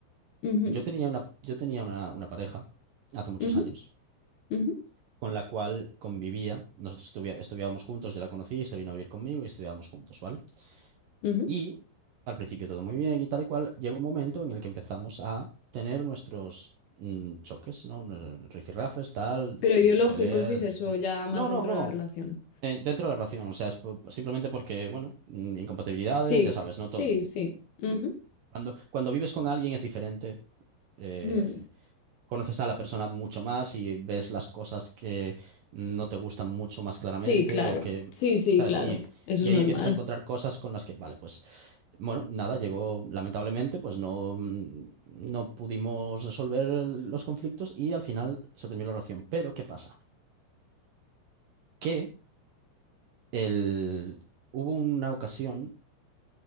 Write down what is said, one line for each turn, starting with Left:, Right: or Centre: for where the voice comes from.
Left: ujú,
Right: Yo tenía una, yo tenía una, una pareja hace muchos
Left: ujú,
Right: años
Left: ujú,
Right: con la cual convivía. Nosotros estuvi- estudiábamos juntos, yo la conocí, y se vino a vivir conmigo y estudiábamos juntos, ¿vale?
Left: ujú.
Right: Y al principio todo muy bien y tal y cual. Llegó un momento en el que empezamos a tener nuestros mm, choques, ¿no? Nos- Rifirrafes, tal, dis-
Left: Pero
Right: mm,
Left: ideológicos,
Right: peleas,
Left: dices,
Right: discusión.
Left: o ya más
Right: No,
Left: dentro
Right: no, no.
Left: de la relación.
Right: eh, dentro de la relación, o sea, es po- simplemente porque, bueno, mm, incompatibilidades,
Left: Sí,
Right: ya sabes, no
Left: sí,
Right: todo.
Left: sí. Ujú.
Right: Cuando, cuando vives con alguien es diferente. eh,
Left: Mm.
Right: conoces a la persona mucho más y ves las cosas que no te gustan mucho más claramente
Left: Sí, claro.
Right: o que,
Left: Sí, sí,
Right: ¿sabes?
Left: claro.
Right: Y,
Left: Eso
Right: y
Left: es
Right: ahí
Left: normal.
Right: empiezas a encontrar cosas con las que, vale, pues, bueno, nada, llegó, lamentablemente, pues no, mm, no pudimos resolver los conflictos y al final se terminó la relación. Pero, ¿qué pasa? Que el, hubo una ocasión,